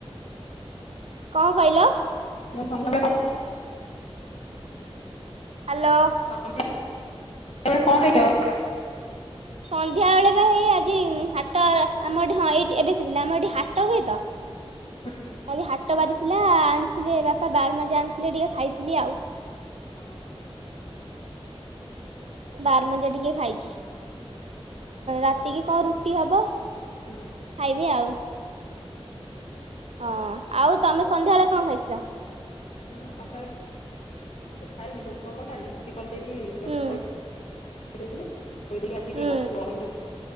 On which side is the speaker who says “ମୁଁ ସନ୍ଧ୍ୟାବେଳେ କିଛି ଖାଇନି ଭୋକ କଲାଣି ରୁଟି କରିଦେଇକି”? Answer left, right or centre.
Left